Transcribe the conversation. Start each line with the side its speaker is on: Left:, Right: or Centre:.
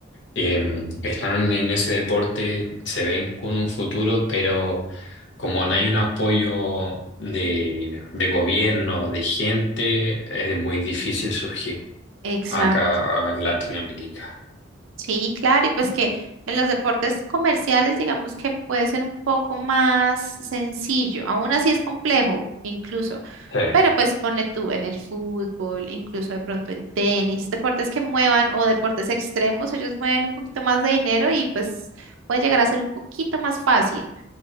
Left: eh, están en ese deporte, se ven con un futuro, pero como no hay un apoyo de, de gobierno, de gente, es muy difícil surgir
Right: Exacto.
Left: acá en Latinoamérica.
Right: Sí, claro, y pues que en los deportes comerciales digamos que puede ser un poco más sencillo, aún así es complejo incluso,
Left: Sí,
Right: pero pues pone tú en el fútbol, incluso de pronto el tenis, deportes que muevan o deportes extremos, ellos mueven un poquito más de dinero y pues puede llegar a ser un poquito más fácil